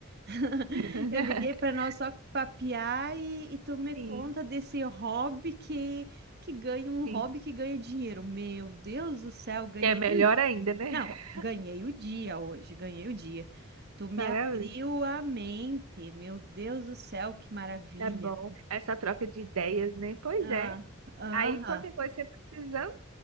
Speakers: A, on the right; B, on the right.
A: <laughs>
B: <laughs>
A: Eu liguei para nós só papiar e, e tu me
B: Sim,
A: conta desse hobby que que ganha um
B: sim.
A: hobby que ganha dinheiro. Meu Deus do céu, ganhei.
B: Que é melhor
A: o-
B: ainda, né?
A: Não,
B: <laughs>
A: ganhei o dia hoje, ganhei o dia. Tu me
B: Maravilha.
A: abriu a mente. Meu Deus do céu, que maravilha.
B: Tá bom. Essa troca de ideias, né? Pois
A: Ah,
B: é.
A: aham.
B: Aí qualquer coisa você precisando,